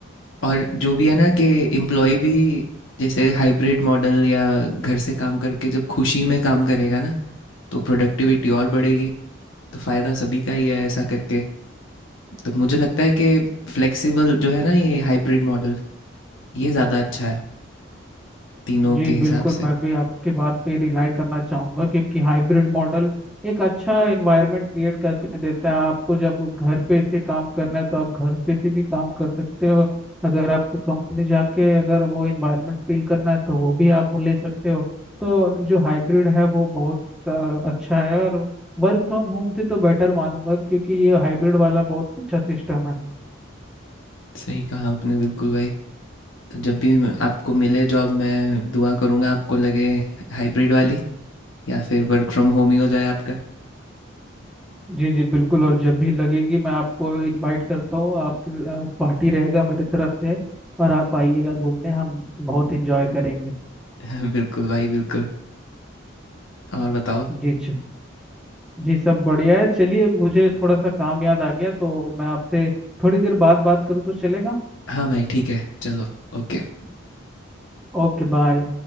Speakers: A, on the left (about 75°); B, in the centre.
A: और जो भी है ना कि एम्प्लॉय भी जैसे हाइब्रिड मॉडल या घर से काम करके जब खुशी में काम करेगा ना तो प्रोडक्टिविटी और बढ़ेगी तो फ़ायदा सभी का ही है ऐसा करके तो मुझे लगता है कि फ्लेक्सिबल जो है ना ये हाइब्रिड मॉडल ये ज़्यादा अच्छा है तीनों
B: जी
A: के हिसाब
B: बिल्कुल
A: से
B: मैं भी आपके बात पे रिलाई करना चाहूंगा क्योंकि हाइब्रिड मॉडल एक अच्छा एनवायरनमेंट क्रिएट करके देता है आपको जब घर पे से काम करना है तो आप घर पे से भी काम कर सकते हो अगर आपको कंपनी जाके अगर वो एनवायरनमेंट फील करना है तो वो भी आप ले सकते हो तो जो हाइब्रिड है वो बहुत अ, अच्छा है और वर्क फ्रॉम होम से तो बेटर मानूंगा क्योंकि ये हाइब्रिड वाला बहुत अच्छा सिस्टम है
A: सही कहा आपने बिल्कुल भाई तो जब भी मैं- आपको मिले जॉब मैं दुआ करूँगा आपको लगे हाइब्रिड वाली या फिर वर्क फ्रॉम होम ही हो जाए आपका
B: जी जी बिल्कुल और जब भी लगेगी मैं आपको इनवाइट करता हूँ आप पार्टी रहेगा मेरे तरफ से और आप आइएगा घूमने हम बहुत एंजॉय करेंगे
A: <laughs> बिल्कुल भाई बिल्कुल और बताओ
B: जी जी जी सब बढ़िया है चलिए मुझे थोड़ा सा काम याद आ गया तो मैं आपसे थोड़ी देर बाद बात करूँ तो चलेगा
A: हाँ भाई ठीक है चलो ओके
B: Okay bye